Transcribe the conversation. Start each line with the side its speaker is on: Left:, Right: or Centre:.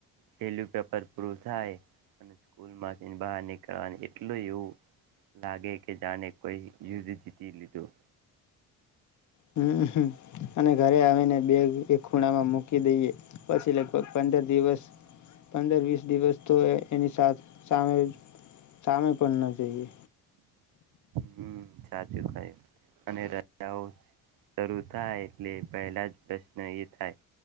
Right: છેલું પેપર પ્રવ થાય અને સ્કૂલમાં બહાર નીકળવાનું એટલું એવું લાગે કે જાણે કોઈ યુધ જીતી લીધું
Left: હમ્મ અને ઘરે આવીને બેગ એક ખૂણામાં મુક કી દઈએ પછી લગભગ પંદર દિવસ પંદર વીસ દિવસ તો એની સાથ સામે સામે પણ ન જઈએ.
Right: હમ્મ. સાચું કયું તે. અને રજાઓ શરૂ થાય એટલે પહેલા જ પ્રશ્ન એ થાય